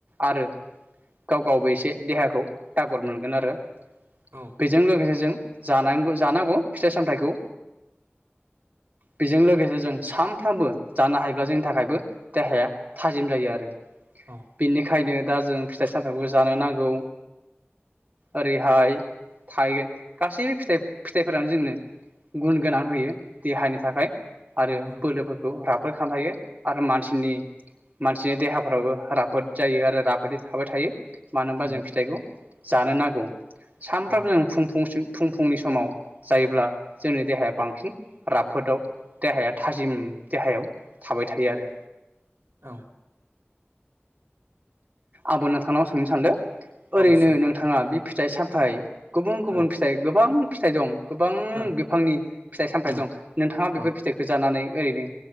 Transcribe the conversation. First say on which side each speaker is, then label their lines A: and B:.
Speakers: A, on the right (about 40°); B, on the right (about 70°).
A: आरो गाव गावबो एसे देहाखौ थागर मोनगोन आरो
B: औ
A: बेजों लोगोसे जों जानांगौ जानांगौ फिथाइ सामथाइखौ बेजों लोगोसे जों सामफ्रामबो जानो हायोब्ला जोंनि थाखायबो देहाया थाजिम जायो आरो
B: औ
A: बेनिखायनो दा जों फिथाइ सामथाइफोखौबो जानो नांगौ ओरैहाय थाहैगोन गासैबो फिथाइ फिथाइफोरानो जोंनो गुन गोनां होयो देहानि थाखाय आरो
B: औ
A: बोलोफोरखौ राफोद खामना होयो आरो मानसिनि मानसिनि देहाफ्राबो राफोद जायो आरो राफोदै थाबाय थायो मानो होनबा
B: उम
A: जों फिथाइखौ जानो नांगौ सानफ्रामबो
B: उम
A: जों फुं फुंसिम फुं फुंनि स समाव जायोब्ला जोंनि देहाया बांसिन राफोदाव देहाया थाजिम देहायाव थाबाय थायो आरो।
B: औ
A: आबो नोथां नाव सोंनो सानदो
B: औ
A: ओरैनो
B: सों
A: नोंथाङा बे फिथाइ साम फिथाइ गुबुन गुबुन
B: औ
A: फिथाइ गोबां फिथाइ दं गोबां
B: औ
A: बिफांनि फिथाइ सामथायाइ
B: औ
A: दं नोंथाङा
B: औ
A: बेफोर फिथाइखौ जानानै ओरैनो